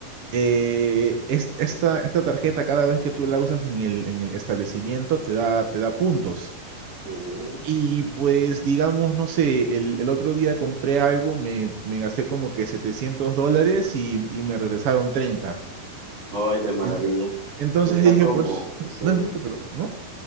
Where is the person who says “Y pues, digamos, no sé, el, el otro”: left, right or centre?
Right